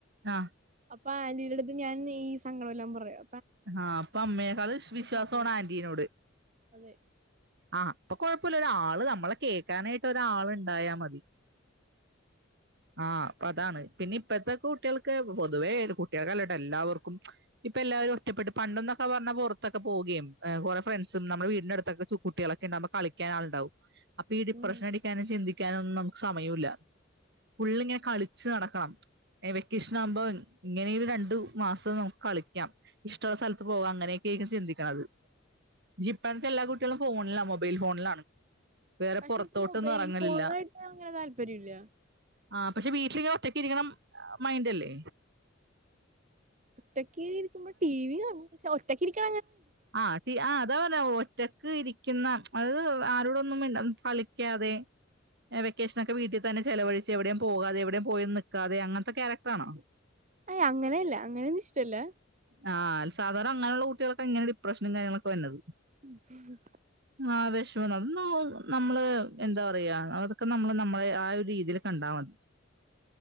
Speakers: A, on the right; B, on the right.
A: ആഹ
B: അപ്പൊ ആന്റീടടുത്ത് ഞാൻ ഈ സങ്കട എല്ലാം പറയാ.
A: ആ അപ്പൊ അമ്മയേക്കാൾ വിശ്വാസണ്
B: പറഞ്ഞു തരും
A: ആന്റീനോട്.
B: അതെ
A: ആ അപ്പൊ കൊഴപ്പല്ല ഒരാള് നമ്മളെ കേക്കാനായിട്ട് ഒരാള് ഉണ്ടായാ മതി. ആ അപ്പൊ അതാണ് പിന്നെ ഇപ്പഴത്തെക്കെ കുട്ടികൾക്ക് പൊതുവേ കുട്ടികൾക്കല്ലട്ടൊ എല്ലാവർക്കും ഇപ്പ എല്ലാവരും ഇഷപ്പെട്ട് പണ്ടെന്നൊക്കെ പറഞ്ഞ പൊറത്തൊെ പോവുകയും ങ് കുറെ ഫ്രണ്ട്സും നമ്മുടെ വീടിനടുത്തൊക്കെ ചു കുട്ടികളൊക്കെണ്ടുമ്പോ കളിക്കാ ക്കാ ള്ണ്ടാവും അപ്പൊ ഈ ഡിപ്രഷൻ
B: ഉം
A: അടിക്കാനും ചിന്തിക്കാനൊന്നും നമുക്ക് സമയല്ല. ഫുള്ളിങ്ങനെ കളിച്ച് നടക്കണം. എ വെക്കേഷൻ ആകുമ്പോ ഇങ്ങനെരു രണ്ടു മാസം നമുക്ക് കളിക്കാം. ഇഷ്ടമുള്ള സ്ഥലത്ത് പോക അങ്ങനെയൊക്കെയായിരിക്കും ചിന്തിക്ക്ണത്. ജിപ്പാൻത്തെ എല്ലാ കുട്ടികളും ഫോണില മൊബൈൽ ഫോണിലാണ്. വേറെ
B: പക്ഷെ
A: പുറത്തോട്ടൊന്നും
B: എനിക്ക് മൊബൈൽ
A: ഇറങ്ങലില്ല
B: ഫോണിലായിട്ട് അങ്ങനെ താല്പര്യം ഇല്ല
A: ആ പക്ഷെ വീട്ടിലി <unintelligible> റ്റക്ക് ഇരിക്കണം മൈൻഡല്ലേ?
B: ഒറ്റക്ക് ഇരിക്കുമ്പോ ടി വി കാണും പക്ഷെ ഒറ്റക്കിരിക്ക
A: ആഹ് ഹി ആ അതാ പറഞ്ഞ ഒറ്റക്ക് ഇരിക്കുന്ന അതായത് ആരോടൊന്നും മിണ്ട കളിക്കാതെ വെക്കേഷനൊക്കെ വീട്ടിൽ തന്നെ ചെവഴിച്ച് എവിടെയും പോകാതെ എവിടെയും പോയി നിൽക്കാതെ അങ്ങൻത്തെ ക്യാരക്ടറാണോ?
B: ഏ അങ്ങനെയല്ല അങ്ങനെയൊന്നും ഇഷ്ടല്ല
A: ആ അ സാധാര അങ്ങനെയുള്ള കു കുട്ടികക്കെ ഇങ്ങന ഡിപ്രശനും കാര്യങ്ങളൊക്കെ വര്ണത്
B: ഉ
A: ആ വിഷന്നന്ന് അതൊന്ന നമ്മള് എന്താ പറയാ അതൊക്കെ നമ്മള് നമ്മളെ ആ ഒരു രീതിയില് കണ്ടാ മതി.